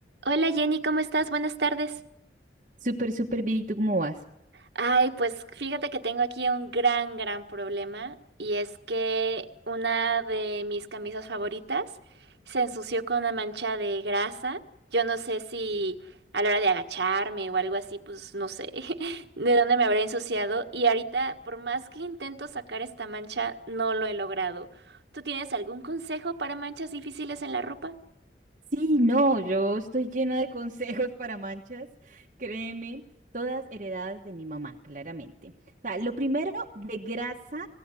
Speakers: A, on the right; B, on the right.
A: Hola Jenny, ¿cómo estás? Buenas tardes.
B: Súper, súper bien. ¿Y tú cómo vas?
A: Ay, pues fíjate que tengo aquí un gran, gran problema y es que una de mis camisas favoritas se ensució con una mancha de grasa. Yo no sé si a la hora de agacharme o algo así, pues no sé <laughs> de dónde me habré ensuciado y ahorita por más que intento sacar esta mancha, no lo he logrado. ¿Tú tienes algún consejo para manchas difíciles en la ropa?
B: Sí, no, yo estoy llena de <laughs> consejos para manchas, créeme, todas heredadas de mi mamá, claramente. O sea, lo primero, de grasa,